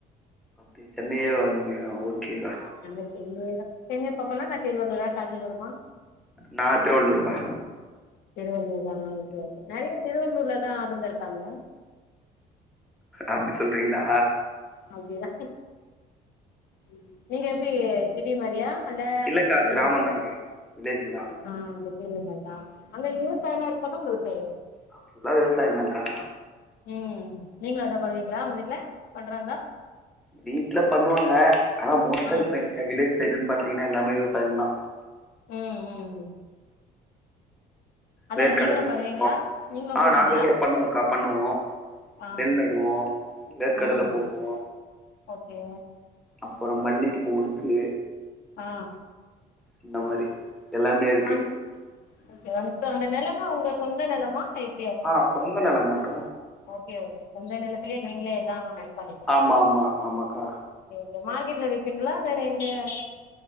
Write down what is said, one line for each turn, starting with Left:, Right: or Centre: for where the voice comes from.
Centre: அப்டியா சென்னையேவா நீங்க ஓகேக்கா
Left: நாங்க சென்னை தா சென்னை பக்கோனா நா திருவள்ளூரா காஞ்சிபுரமா
Centre: நா திருவள்ளூர்க்கா
Left: திருவள்ளூர் தானா ஓகே ஓகே நெறைய திருவள்ளூர்ல தா ஆளுங்க இருக்காங்க
Centre: அப்டி சொல்றீங்ளா
Left: அப்டிதா ம் நீங்க எப்டி சிட்டி மாரியா இல்ல
Centre: இல்லக்கா
Left: வில்லேஜு
Centre: கிராமம்
Left: மாரியா
Centre: தான்க்கா வில்லேஜ் தான்
Left: ஆ <unintelligible> மார் தா அந்த விவசாயோல்லா இருக்குல்ல உங்களுக்கு
Centre: அங் ஃபுல்லா விவசாயந்தாங்க்கா
Left: ம் நீங்களு அதா பண்ணுவீங்ளா உங்க வீட்ல பண்றாங்ளா
Centre: வீட்ல பண்ணுவாங்க ஆனா மோஸ்ட்டா
Left: ம்
Centre: இப்ப எங்க வில்லேஜ் சைடுன் பாத்தீங்ன்னா எல்லாமே விவசாயந்தா
Left: ம் ம் அதா
Centre: வேர்க்கடைல
Left: நீங்களு பண்ணுவீங்களா
Centre: போடுவோ
Left: நீங்களு
Centre: ஆ
Left: போவீங்களா
Centre: நாங்க கூட பண்ணுவோகா பண்ணுவோ
Left: ஆ
Centre: நெல் நடுவோ வேர்கடல
Left: ம்
Centre: போடுவோ
Left: ஓகே
Centre: அப்பறோ மல்லீப்பூ இருக்கு
Left: ஆ
Centre: இந்த மாரி எல்லாமே இருக்கு
Left: அந் ஒகே ஸோ அந்த நிலனா உங்க சொந்த நெலமா எப்
Centre: ஆ சொந்த நெலந்தாங்க
Left: ஓகே ஓகே சொந்த நிலத்துலயே நீங்களே எல்லா ஆட் பண்ணிக்கீங்க
Centre: ஆமா ஆமா ஆமாக்கா
Left: கே ஓகே மார்க்கெட்ல விப்பீங்களா இல்லனா எங்யாது